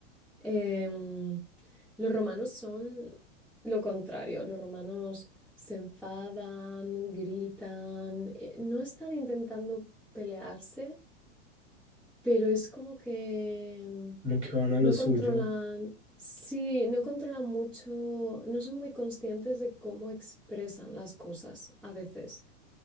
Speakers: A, in the centre; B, on the right.
A: Em, los romanos son lo contrario, los romanos se enfadan, gritan, eh, no están intentando pelearse pero es como que mm,
B: como que van a lo
A: no
B: suyo?
A: controlan, sí, no controlan mucho, no son muy conscientes de cómo expresan las cosas a veces.